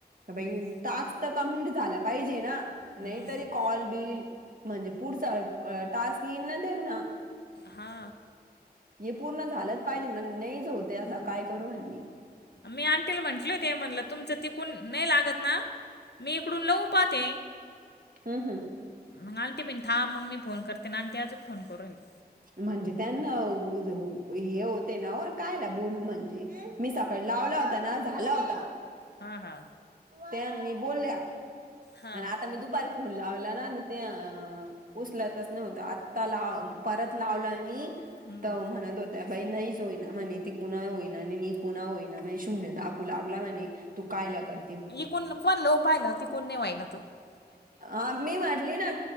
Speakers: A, on the right; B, on the left.
A: की बाई
B: हम्म
A: टास्क- च तर कंप्लीट झाला पाहिजे ना,
B: हम्म.
A: नाहीतरी कॉल बिल- म्हणजे, पुढचा टास्क येईल ना त्यांना.
B: हा.
A: हे पूर्ण झालंच पाहिजे म्हण, नाहीच होते आता काय करू म्हण मी.
B: मी आणंटीला म्हंटली होते, म्हणलं तुमचं तिकून नाही लागत ना? मी इकडून लावून पाहते.
A: हम् हम्.
B: मग आंटी पण थांब मग मी फोन करते, आंटी आजुन फोन करू राहिले.
A: म्हणजे, त्यांना हे होते ना कायला बोलू म्हणजे- मी सकाळी लावला होता ना, झाला होता.
B: हा हा.
A: तेव्हा मी बोलल्या,
B: हा
A: आणि आता मी दुपार फोन लावलं ना त्या उचलतच नव्हतं, आत्ता लाव परत लावलं मी
B: हम्म.
A: तवा म्हणत होत्या बाई नाहीच होईना म्हणे, ती कुणा होईना, आणि मी कुणा होईना म्ह <unintelligible> तू लागला नाही, तू कायला करते
B: कोण <unintelligible> <inaudible>
A: हा, मी म्हटली ना,